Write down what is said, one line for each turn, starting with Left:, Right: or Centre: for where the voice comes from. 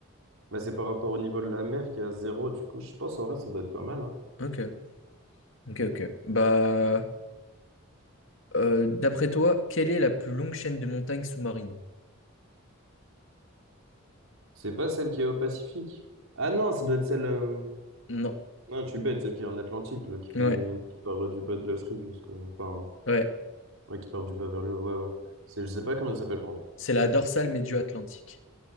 Right: Bah, c'est par rapport au niveau de la mer qui est à zéro, du coup. Je pense en vrai, ça doit être pas mal. hein.
Left: Ok, ok, ok. Bah, euh, d'après toi, quelle est la plus longue chaîne de montagnes sous-marines?
Right: C'est pas celle qui est au Pacifique. Ah non, ça doit être celle. euh,
Left: Non.
Right: Non, tu bête, celle qui est en Atlantique, là, qui fait...
Left: Ouais,
Right: qui part euh, du bas de l'Afrique jusqu'au. Enfin.
Left: ouais.
Right: Ouais, qui part du bas vers le haut, ouais, ouais. C'est, je sais pas comment ça s'appelle, par contre.
Left: C'est la dorsale médio-atlantique.